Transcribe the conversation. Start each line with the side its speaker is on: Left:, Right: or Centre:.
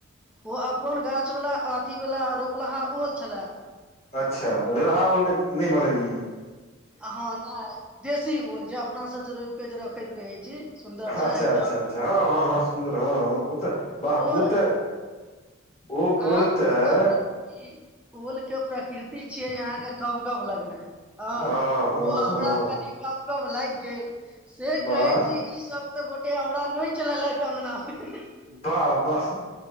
Centre: ओ अपन गाछ वला अथी वला रोपलाहा ओल छले
Left: अच्छा ओल रहा उलके नहि बनेेलियए
Centre: हँ नाय देशी ओल जे अपनासँ जे रोपिके जे रखैत रहै छी सुन्दरसँ
Left: अच्छा
Centre: एकदम
Left: अच्छा अच्छा हँ हँ हँ सुन्दर हँ हँ ओ तऽ बाह ओ
Centre: ओल
Left: तऽ ओ ओल
Centre: आब
Left: तऽ
Centre: छै कि ओलके प्रकृति छिय अह कव कब लगनै ह
Left: हँ हँ
Centre: ओ हमरा
Left: हँ
Centre: कनि कम कम लागि गेल से
Left: वाह
Centre: कहै छी ई सब तऽ गोटे हमरा नौचलेलथि अंगना मे
Left: बाह बाह